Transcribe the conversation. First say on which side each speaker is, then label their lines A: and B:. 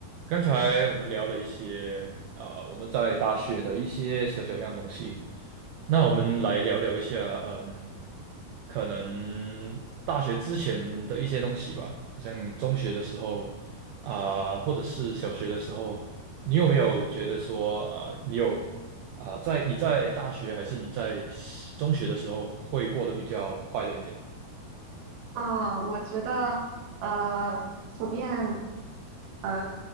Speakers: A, on the right; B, on the right.
A: 刚才我们聊了一些啊、呃我们在大学的一些小小样东西。那我们来聊聊一下，嗯，可能大学之前的一些东西吧，好像中学的时候啊、或者是小学的时候，你有没有觉得说啊、你有啊、在你在大学还是你在中学的时候会过得比较快乐一点？
B: 啊，我觉得呃，普遍呃，